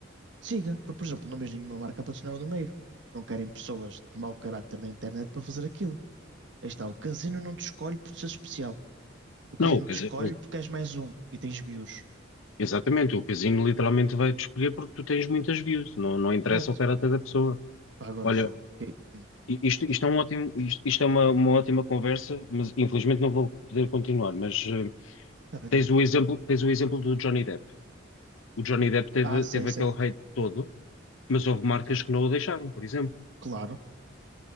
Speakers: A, on the right; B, on the left.
A: Siga, porque, por exemplo, não vejo nenhuma marca a patrocinar o Numeiro. Não querem pessoas de mau carácter na internet para fazer aquilo. Aí está, o casino não te escolhe por ser especial. O casino
B: Não, quer
A: te
B: dizer,
A: escolhe porque és mais um e tens views.
B: Exatamente, o casino literalmente vai-te escolher porque tu tens muitas views, não, não interessa
A: Exato.
B: o caráter da pessoa.
A: Pá, agora
B: Olha,
A: o fogo. Ok. Hum.
B: i- isto, isto é um ótimo, isto, isto é uma, uma ótima conversa, mas infelizmente não vou poder continuar. Mas eh,
A: Tá bem,
B: tens
A: tá bem.
B: o exemplo, tens o exemplo do Johnny Depp. O Johnny Depp teve,
A: Ah, sei,
B: teve
A: sei.
B: aquele hate todo, mas houve marcas
A: Sim,
B: que não o deixaram, por exemplo.
A: claro.